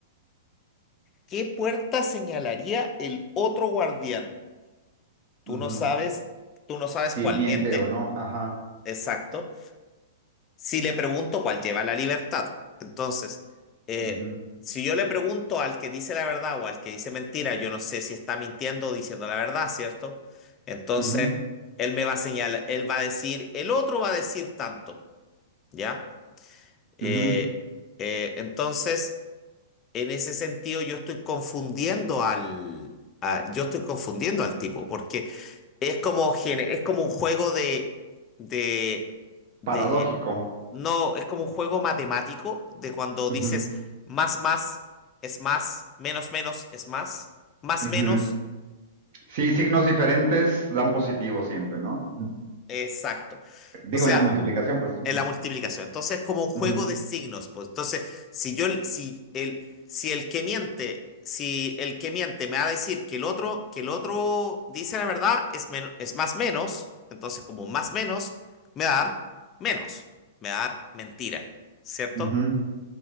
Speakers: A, on the left (about 25°); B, on the right (about 45°).
A: ¿Qué puerta señalaría el otro guardián? Tú
B: Ujú.
A: no sabes, tú no sabes
B: Si
A: cuál
B: miente
A: miente.
B: o no, ajá.
A: Exacto. si le pregunto cuál lleva la libertad. Entonces, eh,
B: Ujú,
A: si yo le pregunto al que dice la verdad o al que dice mentira, yo no sé si está mintiendo o diciendo la verdad, ¿cierto? Entonces,
B: ujú,
A: él me va a señalar, él va a decir, el otro va a decir tanto, ¿ya? Eh,
B: ujú.
A: eh, entonces... En ese sentido, yo estoy confundiendo al, a- yo estoy confundiendo al tipo, porque es como, gene- es como un juego de, de, de,
B: Paradójico.
A: no, es como un juego matemático de cuando
B: Ujú,
A: dices más, más es más, menos, menos es más, más,
B: ujú.
A: menos.
B: Sí, signos diferentes dan positivo siempre, ¿no? Ujú.
A: Exacto.
B: Digo,
A: O sea,
B: en la multiplicación, pues. Ujú,
A: en la multiplicación. Entonces, como un juego
B: ujú,
A: de signos, pues. Entonces, si yo, si el, si el que miente, si el que miente me va a decir que el otro, que el otro dice la verdad, es menos, es más menos, entonces como más menos, me va a dar menos, me va a dar mentira, ¿cierto?
B: ujú,